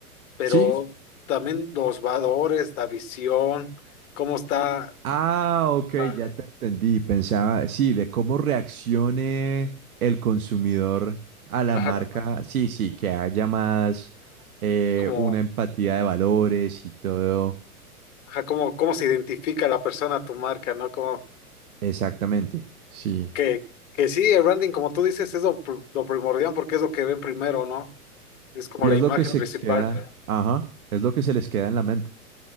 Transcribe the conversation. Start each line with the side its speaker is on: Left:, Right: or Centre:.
Left: pero
Right: Sí,
Left: también los valores, la visión, cómo está,
Right: Ah, ok,
Left: ah,
Right: ya te entendí. Pensaba, sí, de cómo reaccione el consumidor a la
Left: ajá,
Right: marca. Sí, sí, que haya más eh,
Left: como,
Right: una empatía de valores y todo.
Left: ajá, cómo, cómo se identifica la persona a tu marca, ¿no? Como
Right: Exactamente, sí.
Left: que, que sí, el branding, como tú dices, es lo, pr- lo primordial porque es lo que ven primero, ¿no? Es como
Right: Y
Left: la
Right: es
Left: imagen
Right: lo que se
Left: principal.
Right: queda, ajá, es lo que se les queda en la mente.